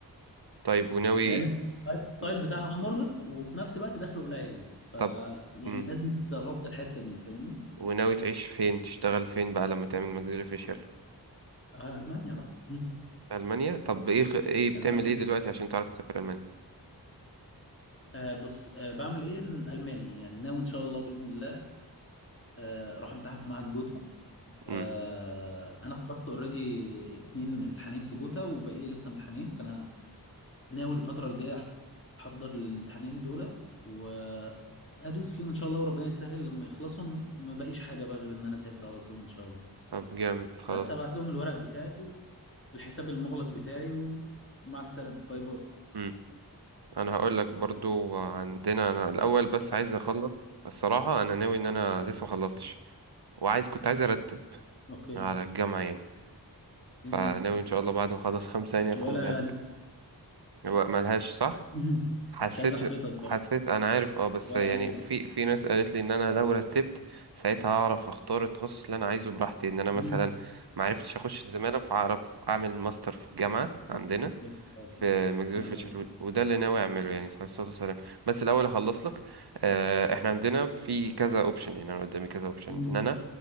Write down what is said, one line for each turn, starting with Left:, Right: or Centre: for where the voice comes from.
Right: طيب وناوي
Left: لان اللايف ستايل
Right: مم،
Left: بتاعها مرهق وفي نفس الوقت دخله قليل ف
Right: طب
Left: يعني
Right: امم.
Left: لازم تغطي الحته دي فاهمني
Right: وناوي تعيش فين تشتغل فين بقى لما تعمل ماكسيلو فيشيال
Left: آه المانيا بقى
Right: ألمانيا طب ايه خ... ايه بتعمل
Left: <laughs> المانيا
Right: ايه دلوقتي عشان تعرف تسافر ألمانيا
Left: آه بص آه بعمل ايه إن الماني يعني ناوي ان شاء الله باذن الله آه اروح امتحن في معهد جوتا آه
Right: امم
Left: انا خلصت اوريدي اتنين امتحانين في جوتا وباقي لي لسه امتحانين فانا ناوي الفتره الجايه احضر الامتحانين دولت وادوس فيهم ان شاء الله وربنا يسهل لما يخلصوا ما بقيش حاجه بقى غير ان انا اسافر على طول ان شاء الله
Right: طب جامد خلاص
Left: بس هبعت لهم الورق بتاعي الحساب المغلق بتاعي ومع السلامه باي باي
Right: امم انا هقول لك برضو عندنا انا الاول بس عايز اخلص الصراحة انا ناوي ان انا لسه ما خلصتش وعايز كنت عايز ارتب
Left: اوكي
Right: على الجامعة يعني فناوي
Left: مهم.
Right: ان شاء الله بعد ما اخلص خمسة يعني اكون
Left: ولا
Right: مرتب هو ملهاش صح
Left: مهم.
Right: حسيت
Left: مش عايز احبطك برضه
Right: حسيت انا عارف اه بس
Left: ولا
Right: يعني
Left: اي لك
Right: في في ناس قالت لي ان انا لو رتبت ساعتها هعرف اختار التخصص اللي انا عايزه براحتي ان انا
Left: مهم.
Right: مثلا ما عرفتش اخش الزماله فهعرف اعمل ماستر في الجامعه عندنا
Left: يلا صلى
Right: في ماكسفيل
Left: صلى على
Right: فيتشر
Left: النبي
Right: وده اللي ناوي اعمله يعني صلى الله عليه وسلم بس الاول هخلص لك آه، احنا عندنا في كذا اوبشن يعني انا قدامي كذا اوبشن
Left: مهم.
Right: ان انا